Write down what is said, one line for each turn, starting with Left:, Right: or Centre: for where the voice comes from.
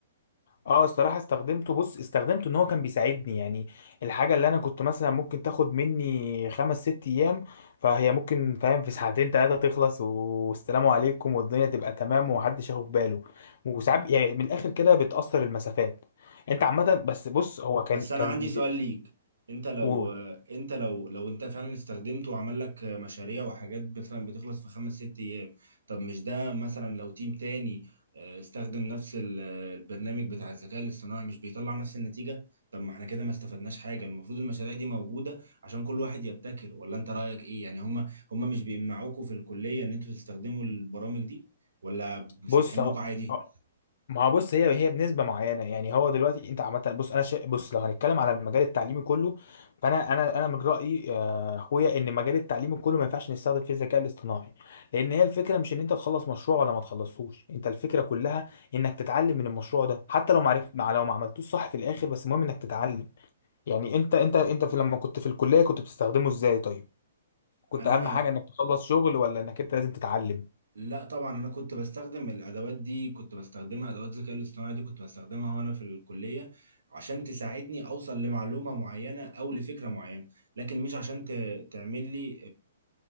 Left: اه الصراحه استخدمته بص استخدمته ان هو كان بيساعدني يعني الحاجه اللي انا كنت مثلا ممكن تاخد مني خمس ست ايام فهي ممكن فاهم في ساعتين ثلاثه تخلص والسلام عليكم والدنيا تبقى تمام ومحدش ياخد باله وساعات يعني من الاخر كده بتاثر المسافات انت عامه بس بص هو كان
Right: بس
Left: كان
Right: انا عندي سؤال ليك انت لو
Left: بيقول
Right: انت لو لو انت فعلا استخدمته وعمل لك مشاريع وحاجات مثلا بتخلص في خمس ست ايام طب مش ده مثلا لو تيم تاني آه، استخدم نفس ال- البرنامج بتاع الذكاء الاصطناعي مش بيطلع نفس النتيجة طب ما احنا كده ما استفدناش حاجة المفروض المشاريع دي موجودة عشان كل واحد يبتكر ولا انت رأيك ايه يعني هم هم مش بيمنعوكوا في الكلية ان انتوا تستخدموا البرامج دي ولا مسامحين
Left: بص اهو
Right: لكم عادي
Left: ما هو بص هي هي بنسبه معينه يعني هو دلوقتي انت عامه بص انا شا... بص لو هنتكلم على المجال التعليمي كله فانا انا انا من رايي آه، اخويا ان المجال التعليمي كله ما ينفعش نستخدم فيه الذكاء الاصطناعي لان هي الفكره مش ان انت تخلص مشروع ولا ما تخلصهوش انت الفكره كلها انك تتعلم من المشروع ده حتى لو ما عرفت مع لو ما عملتوش صح في الاخر بس المهم انك تتعلم يعني انت انت انت في لما كنت في الكليه كنت بتستخدمه ازاي طيب كنت
Right: انا
Left: اهم حاجه انك تخلص شغل ولا انك انت لازم تتعلم
Right: لا طبعا انا كنت بستخدم الادوات دي كنت بستخدمها ادوات الذكاء الاصطناعي دي كنت بستخدمها وانا في الكليه عشان تساعدني اوصل لمعلومه معينه او لفكره معينه لكن مش عشان ت- تعمل لي